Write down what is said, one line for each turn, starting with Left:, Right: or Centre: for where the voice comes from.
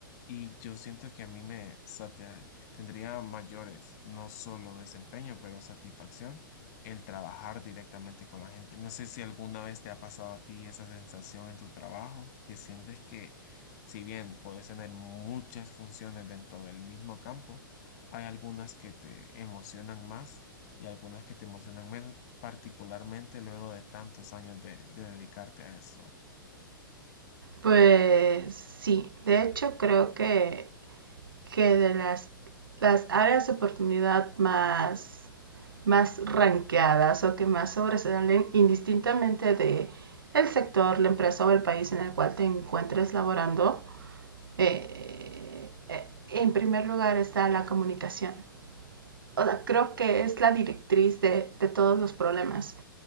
Left: Y yo siento que a mí me sate- tendría mayores, no solo desempeño, pero satisfacción el trabajar directamente con la gente. No sé si alguna vez te ha pasado a ti esa sensación en tu trabajo, que sientes que si bien puedes tener muchas funciones dentro del mismo campo, hay algunas que te emocionan más y algunas que te emocionan menos, particularmente luego de tantos años de, de dedicarte a esto.
Right: Pues sí, de hecho creo que, que de las, las áreas de oportunidad más, más ranqueadas o que más sobresalen indistintamente de el sector, la empresa o el país en el cual te encuentres laborando, eh, eh, en primer lugar está la comunicación o sea, creo que es la directriz de, de todos los problemas.